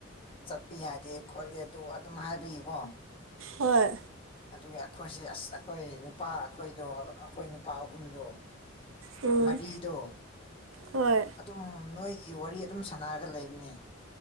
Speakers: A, on the left; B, on the right.
A: ꯆꯠꯄ ꯌꯥꯗꯦ ꯈꯣꯠꯂꯦ ꯑꯗꯨ ꯑꯗꯨꯝ ꯍꯥꯏꯕꯒꯤꯀꯣ
B: ꯍꯣꯏ
A: ꯑꯗꯨꯒꯤ ꯑꯩꯈꯣꯏꯁꯦ ꯑꯁ ꯑꯩꯈꯣꯏ ꯅꯨꯄꯥ ꯑꯩꯈꯣꯏꯗꯣ ꯑꯩꯈꯣꯏ ꯅꯨꯄꯥ ꯑꯍꯨꯝꯗꯣ
B: ꯎꯝ
A: ꯃꯔꯤꯗꯣ
B: ꯍꯣꯏ
A: ꯑꯗꯨꯝ ꯅꯣꯏꯒꯤ ꯋꯥꯔꯤ ꯑꯗꯨꯝ ꯁꯥꯟꯅꯔꯒ ꯂꯩꯕꯅꯤ